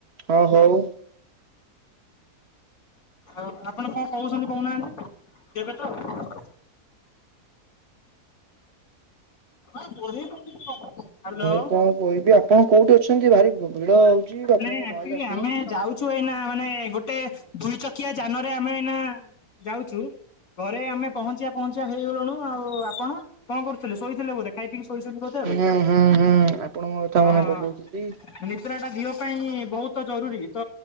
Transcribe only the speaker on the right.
ହଉ ହଉ
ମୁଁ କଣ କହିବି ଆପଣ କୋଉଠି ଅଛନ୍ତି ଭାରି ଭିଡ ହଉଛି ଆପଣଙ୍କ
ନଏଜ
ଆସୁନି।
ହୁଁ ହୁଁ ହୁଁ ଆପଣଙ୍କ କଥା
ମନେ
ପକଉଥିଲି।